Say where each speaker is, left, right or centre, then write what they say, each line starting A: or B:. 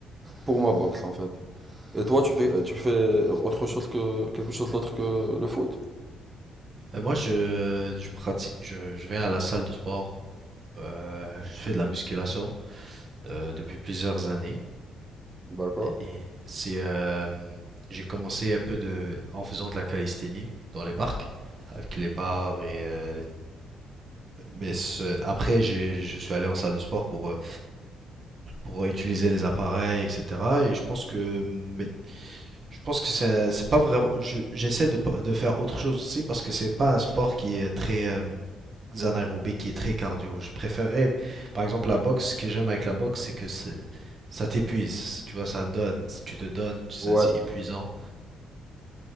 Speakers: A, on the right; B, on the right.
A: pour ma boxe en fait. Et toi, tu fais, tu fais autre chose que quelque chose d'autre que le foot?
B: Euh, moi, je, je pratique, je, je vais à la salle de sport, euh, je fais de la musculation euh, depuis plusieurs années
A: D'accord.
B: et c'est, euh, j'ai commencé un peu de, en faisant de la calisthénie dans les parcs avec les barres et euh, mais ce- après, j'ai, je suis allé en salle de sport pour, euh, pour utiliser les appareils, etc. Et je pense que, mais je pense que c'est, c'est pas vraiment. je- j'essaie de, pas- de faire autre chose aussi parce que c'est pas un sport qui est très euh, anaérobique, qui est très cardio. Je préférais, par exemple, la boxe. Ce que j'aime avec la boxe, c'est que c'est, ça t'épuise. Tu vois, ça donne. Tu te donnes. C'est,
A: Ouais.
B: c'est épuisant.